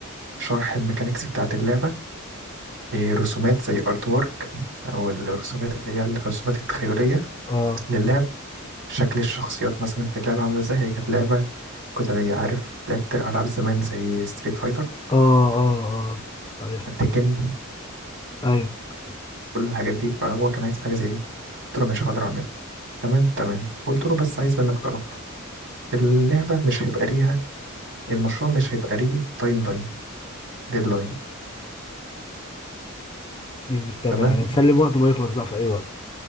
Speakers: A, on the right; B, on the left.
A: شرح الميكانيكس بتاعة اللعبة إيه رسومات زي ارت وورك أو الرسومات اللي هي الرسومات التخيلية
B: اه
A: للعب شكل الشخصيات مثلا في اللعبة عاملة ازاي هي كانت لعبة كنت أنا عارف لعبت ألعاب زمان زي ستريت فايتر
B: اه اه اه عارف
A: تيكن
B: ايوه
A: كل الحاجات دي فهو كان عايز حاجة زي دي قلت له مش هقدر أعملها تمام تمام قلت له بس عايز منك طرف اللعبة مش هيبقى ليها المشروع مش هيبقى ليه تايم لاين ديدلاين
B: دي تمام
A: تمام
B: يعني نسلم وقت ما يخلص بقى في اي وقت